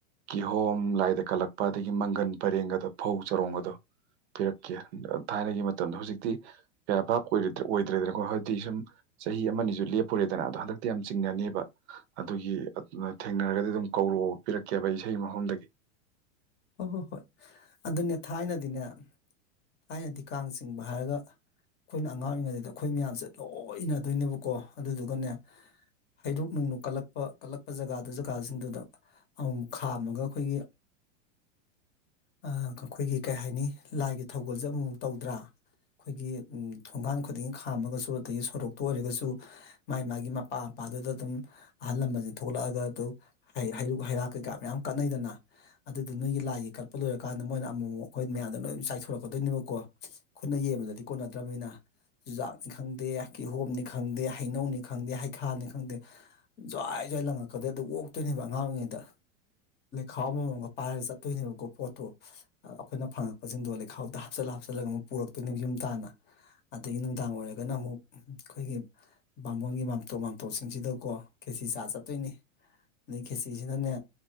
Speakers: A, on the right; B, on the left.
A: ꯀꯤꯍꯣꯝ ꯂꯥꯏꯗ ꯀꯜꯂꯛꯄ ꯑꯗꯒꯤ ꯃꯪꯒꯟ ꯄꯔꯦꯡꯒꯗꯣ ꯐꯧ ꯆꯔꯣꯡꯒꯗꯣ ꯄꯤꯔꯛꯀꯦ ꯊꯥꯏꯅꯒꯤ ꯃꯇꯝꯗ ꯍꯧꯖꯤꯛꯇꯤ ꯀꯌꯥ ꯚꯥꯞ ꯑꯣꯏ ꯑꯣꯏꯗ꯭ꯔꯦꯗꯅꯀꯣ ꯍꯥꯏꯖꯤꯗꯤ ꯁꯨꯝ ꯆꯍꯤ ꯑꯃꯅꯤꯁꯨ ꯂꯦꯞꯄꯨꯔꯦꯗꯅ ꯑꯗꯣ ꯍꯟꯗꯛꯇꯤ ꯌꯥꯝ ꯆꯤꯡꯅꯅꯦꯕ ꯑꯗꯨꯒꯤ ꯊꯦꯡꯅꯔꯒ ꯑꯗꯨꯝ ꯀꯧꯔꯛꯑꯣ ꯄꯤꯔꯛꯀꯦꯕ ꯏꯁꯩ ꯃꯐꯝꯗꯒꯤ
B: ꯍꯣꯏ ꯍꯣꯏ ꯍꯣꯏ ꯑꯗꯨꯅꯦ ꯊꯥꯏꯅꯗꯤꯅꯦ ꯊꯥꯏꯅꯗꯤ ꯀꯥꯡ ꯆꯤꯡꯕ ꯍꯥꯏꯔꯒ ꯑꯩꯈꯣꯏꯅ ꯑꯉꯥꯡ ꯑꯣꯏꯔꯤꯉꯩꯗ ꯑꯩꯈꯣꯏ ꯃꯌꯥꯝꯁꯦ ꯂꯣꯏ ꯏꯅꯗꯣꯏꯅꯦꯕꯀꯣ ꯑꯗꯨꯗꯨꯒꯅꯦ ꯍꯩꯔꯨꯛ ꯅꯨꯡꯂꯨꯛ ꯀꯠꯂꯛꯄ ꯀꯠꯂꯛꯄ ꯖꯒꯥꯗꯨ ꯖꯒꯥꯁꯤꯡꯗꯨꯗ ꯑꯃꯃꯨꯛ ꯈꯥꯝꯃꯒ ꯑꯩꯈꯣꯏꯒꯤ ꯑꯥ ꯑꯩꯈꯣꯏꯒꯤ ꯀꯩ ꯍꯥꯏꯅꯤ ꯂꯥꯏꯒꯤ ꯊꯧꯒꯜꯁꯦ ꯑꯃꯨꯃꯨꯛ ꯇꯧꯗ꯭ꯔꯥ ꯑꯩꯈꯣꯏꯒꯤ ꯊꯣꯡꯒꯥꯟ ꯈꯨꯗꯤꯡꯒꯤ ꯈꯥꯝꯃꯒꯁꯨ ꯑꯗꯒꯤ ꯁꯣꯔꯣꯛꯇ ꯑꯣꯏꯔꯒꯁꯨ ꯃꯥꯥꯏ ꯃꯥꯒꯤ ꯃꯄꯥ ꯃꯄꯥꯗꯨꯗ ꯑꯗꯨꯝ ꯑꯍꯜ ꯂꯃꯟꯁꯦ ꯊꯣꯛꯂꯛꯑꯒ ꯑꯗꯨ ꯍꯩ ꯍꯩꯔꯛ ꯍꯩꯔꯥꯛ ꯀꯩꯀꯥ ꯃꯌꯥꯝ ꯀꯠꯅꯩꯗꯅ ꯑꯗꯨꯗ ꯅꯣꯏꯒꯤ ꯂꯥꯏꯒꯤ ꯀꯠꯄ ꯂꯣꯏꯔꯀꯥꯟꯗ ꯃꯣꯏꯅ ꯑꯃꯨꯛ ꯑꯩꯈꯣꯏ ꯃꯌꯥꯝꯗ ꯂꯣꯏ ꯆꯥꯏꯊꯣꯔꯛꯀꯗꯣꯏꯅꯦꯕꯀꯣ ꯈꯨꯠꯅ ꯌꯦꯡꯕꯗꯗꯤ ꯀꯣꯟꯅꯗ꯭ꯔꯕꯅꯤꯅ ꯆꯨꯖꯥꯛꯅꯤ ꯈꯪꯗꯦ ꯀꯤꯍꯣꯝꯅꯤ ꯈꯪꯗꯦ ꯍꯩꯅꯧꯅꯤ ꯈꯪꯗꯦ ꯍꯩꯈꯥꯅꯤ ꯈꯪꯗꯦ ꯖꯋꯥꯏꯖ꯭ꯋꯥꯏ ꯂꯪꯉꯛꯀꯗꯣꯏ ꯑꯗꯨ ꯑꯣꯛꯇꯣꯏꯅꯦꯕ ꯑꯉꯥꯡ ꯑꯣꯏꯔꯤꯉꯩꯗ ꯈꯥꯑꯃꯃꯝꯒ ꯄꯥꯏꯔꯒ ꯆꯠꯇꯣꯏꯅꯦꯕꯀꯣ ꯄꯣꯠꯇꯣ ꯑꯩꯈꯣꯏꯅ ꯐꯪꯉꯛꯄꯁꯤꯡꯗꯣ ꯂꯩꯈꯥꯎꯗ ꯍꯥꯞꯆꯤꯜꯂ ꯍꯥꯞꯆꯤꯜꯂꯒ ꯑꯃꯨꯛ ꯄꯨꯔꯛꯇꯣꯏꯅꯦ ꯌꯨꯝ ꯇꯥꯟꯅ ꯑꯗꯒꯤ ꯅꯨꯡꯗꯥꯡ ꯑꯣꯏꯔꯒꯅ ꯑꯃꯨꯛ ꯑꯩꯈꯣꯏꯒꯤ ꯕꯥꯝꯕꯣꯟꯒꯤ ꯃꯥꯝꯇꯣꯞ ꯃꯥꯝꯇꯣꯞꯁꯤꯡꯁꯤꯗꯀꯣ ꯀꯦꯖꯤ ꯆꯥ ꯆꯠꯇꯣꯏꯅꯤ ꯑꯗꯩ ꯈꯦꯁꯤꯁꯤꯅꯅꯦ